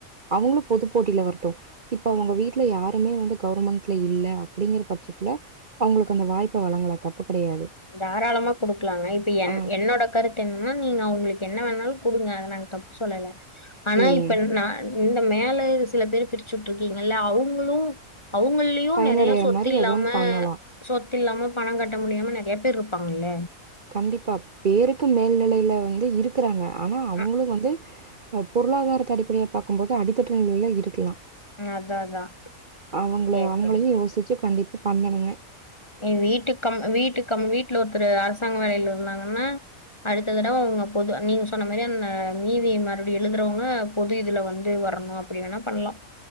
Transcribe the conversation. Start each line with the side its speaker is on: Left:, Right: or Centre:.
Right: அவங்களும் பொது போட்டிலவரட்டும் இப்ப அவங்க வீட் யாருமே வந்து கவர்மெண்ட்ல இல்ல அப்டிங்கிற பட்சத்தில அவங்களுக்கு அந்த வாய்ப்பு வழங்கல தப்பு கெடையாது
Left: தாராளமா குடுக்கலாங்க இப்ப என்
Right: ஆ
Left: என்னோட கருத்து என்னன்னா நீங்க அவங்களுக்கு என்ன வேணாலும் குடுங்க நாங்க தப்புசொல்லல ஆனா
Right: சேரிங்க
Left: இப்ப நான் இந்த மேல சில பேர் பிரிச்சுட்டிரிங்க இருக்கீங்கல்ல அவங்களும் அவங்களயும்
Right: பயனடைற
Left: நிறைய சொத்து
Right: மாரி
Left: இல்லாம
Right: ஏதோ ஒன்னு பண்ணலா
Left: சொ இல்லாம பணம் கட்ட முடியாம எப்ப இருப்பாங்கல்ல
Right: கண்டிப்பா பேருக்கு மேல்நிலையில வந்து இருக்கறாங்க ஆனா அவங்களும்
Left: அ
Right: வந்து பொருளாதாரத்து அடிப்படைல பாக்கும்போது அடித்தட்டு நிலையில இருக்கலாம்
Left: அதான் அதான்.
Right: அவங்கள
Left: எப்படி
Right: அவங்களையும் யோசிச்சு கண்டிப்பா பண்ணணுங்க
Left: வீட்டு கம் வீட்டு கம் வீட்ல ஒருத்தர் அரசாங்க வேலைல இருந்தாங்கன்னா அடுத்த தடவ அவங்க பொது நீங்க சொன்ன மாரி அந்த மீதி மறுபடியும் எழுதுறவங்க பொது இதுல வந்து வரணும் அப்டி வேணா பண்ணலாம்